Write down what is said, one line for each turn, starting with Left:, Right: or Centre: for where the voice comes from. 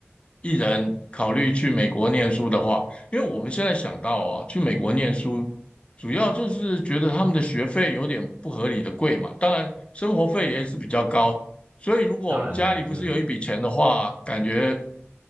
Left: 一人考虑去美国念书的话，因为我们现在想到啊，去美国念书，主要就是觉得他们的学费有点不合理的贵嘛，当然生活费也是比较高，所以如果家里不是有一笔钱的话，
Right: 当然当然，嗯
Left: 感觉